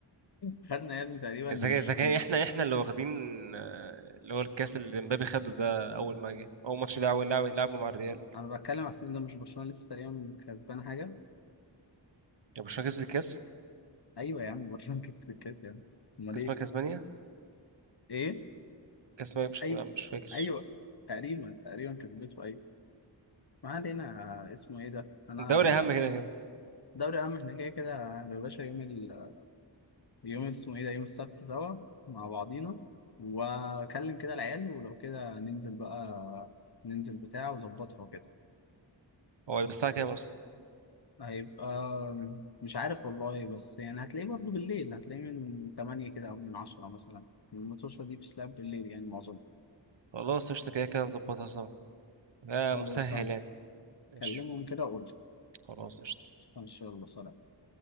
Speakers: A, on the left; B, on the right.
A: خدنا يا ابني تقريبا
B: اذا
A: مش
B: اذا كان
A: كن-
B: احنا احنا اللي واخدين آه، اللي هو الكاس اللي مبابي خده ده اول ما جه اول ماتش لعبه لعبه لعبه مع الريال
A: انا بتكلم على السيزون ده مش برشلونة لسه تقريبا كسبانة حاجة
B: يعني برشلونه كسبت الكاس
A: ايوه يا عم <laughs> برشلونة كسبت الكاس يا عم امال
B: كاس
A: ايه
B: ملك اسبانيا
A: ايه
B: كاس ملك مش
A: ايوه
B: لا، مش فاكر
A: ايوه تقريبا تقريبا كسبته ايوه ما علينا اسمه ايه ده انا
B: الدوري اهم كده كده
A: دوري عام احنا كده كده يا باشا يوم ال... يوم اسمه ايه ده يوم السبت سوا مع بعضينا واكلم كده العيال ولو كده ننزل بقى ننزل بتاع وظبطها وكده
B: هو الساعه كام اصلا
A: هيبقى مش عارف والله بس يعني هتلاقيه برضه بالليل هتلاقيه من 8 كده او من 10 مثلا الماتشة دي بتتلعب بالليل يعني معظمها
B: خلاص قشطه كده كده نظبطها سوا يا
A: خلاص
B: مسهل
A: تمام
B: يعني ماشي
A: كلمهم كده وقول لي
B: خلاص قشطه
A: ان شاء الله سلام